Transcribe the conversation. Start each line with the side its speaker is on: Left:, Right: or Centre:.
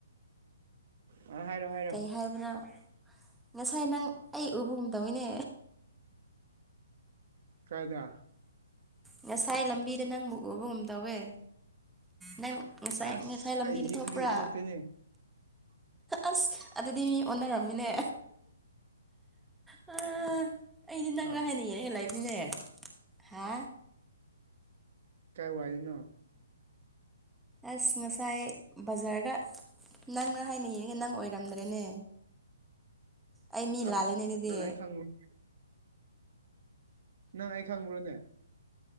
Right: ꯑꯥ ꯍꯥꯏꯔꯣ ꯍꯥꯏꯔꯣ
Centre: ꯀꯩ ꯍꯥꯏꯕꯅꯣ ꯉꯁꯥꯏ ꯅꯪ ꯑꯩ ꯎꯒꯨꯝ ꯇꯧꯋꯤꯅꯦ
Right: ꯀꯥꯏꯗꯥ
Centre: ꯉꯥꯁꯥꯏ ꯂꯝꯕꯤꯗꯥ ꯅꯪꯕꯨ ꯎꯕꯒꯨꯝ ꯇꯧꯋꯦ ꯅꯪ ꯉꯥꯁꯥꯏ
Right: ꯑꯁ
Centre: ꯉꯥꯁꯥꯏ ꯂꯝꯕꯤꯗꯥ
Right: ꯑꯩ
Centre: ꯊꯣꯛꯄ꯭ꯔꯥ
Right: ꯌꯨꯝꯗꯒꯤ ꯊꯣꯛꯇꯦꯅꯦ
Centre: ꯑꯁ ꯑꯗꯨꯗꯤ ꯃꯤ ꯑꯣꯟꯅꯥꯔꯝꯃꯤꯅꯦ ꯍꯥ ꯑꯩꯗꯤ ꯅꯪꯔꯥ
Right: ꯑ
Centre: ꯍꯥꯏꯅ ꯌꯦꯡꯉꯥꯒ ꯂꯩꯕꯅꯤꯅꯦ ꯍꯥ
Right: ꯀꯥꯏ ꯋꯥꯏꯗꯥꯅꯣ
Centre: ꯑꯁ ꯉꯥꯁꯥꯏ ꯕꯖꯥ꯭ꯔꯗ ꯅꯪꯔꯥ ꯍꯥꯏꯅ ꯌꯦꯡꯉꯦ ꯅꯪ ꯑꯣꯏꯔꯝꯗ꯭ꯔꯦꯅꯦ ꯑꯩ ꯃꯤ
Right: ꯑ
Centre: ꯂꯥꯜꯂꯦꯅꯦ ꯑꯗꯨꯗꯤ
Right: ꯅꯪ ꯑꯩ ꯈꯪꯕ꯭ꯔꯣ ꯅꯪ ꯑꯩ ꯈꯪꯕ꯭ꯔꯣꯅꯦ